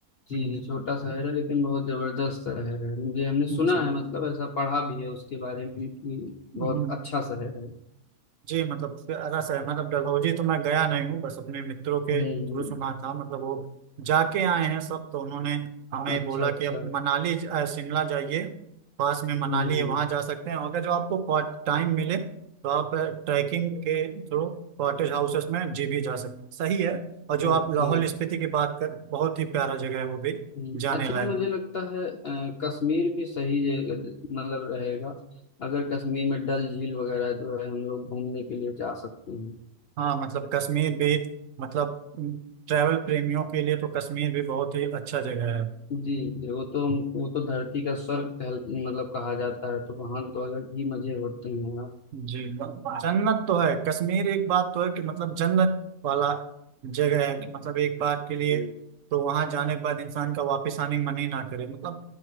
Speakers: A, on the left (about 60°); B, on the right (about 65°).
A: जी
B: हम्म,
A: जी छोटा शहर है लेकिन बहुत जबरदस्त शहर है मुझे हमने सुना
B: जी
A: है मतलब ऐसा पढ़ा भी है उसके बारे में कि
B: हम्म,
A: बहुत अच्छा शहर है
B: जी मतलब प्यारा सा है मतलब डलहौजी तो मैं गया नहीं हूँ बस अपने मित्रों के
A: हम्म
B: थ्रू सुना था मतलब वो जाके आए हैं सब तो उन्होंने हमें
A: अच्छा
B: बोला
A: अच्छा
B: कि आप
A: हम्म
B: मनाली ज- अ, शिमला जाइए पास में मनाली
A: हम्म।
B: है वहाँ जा सकते हैं अगर जो आपको टाइम मिले तो आप ट्रैकिंग के थ्रू कॉटेज हाउसेस में जी भी जा सकते हैं सही है और जो आप
A: ओके
B: लाहौल स्पीति की बात कर बहुत ही प्यारा जगह है वो भी
A: हम्म,
B: जाने
A: अच्छा
B: लायक
A: मुझे लगता है अ, कश्मीर भी सही जगह मतलब रहेगा अगर कश्मीर में डल झील वगैरह जो है हम लोग घूमने के लिए जा सकते हैं
B: हाँ मतलब कश्मीर भी मतलब ट्रैवल प्रेमियों के लिए तो कश्मीर भी बहुत ही अच्छा जगह है
A: जी जी वो तो वो तो धरती का स्वर्ग कहल- मतलब कहा जाता है तो वहां तो अलग ही मजे होते हैं आप
B: जी जन्नत तो है कश्मीर एक बात तो है कि मतलब जन्नत वाला जगह है कि मतलब एक बार के लिए
A: हम्म,
B: तो वहां जाने के बाद इंसान का वापस आने का मन ही ना करे मतलब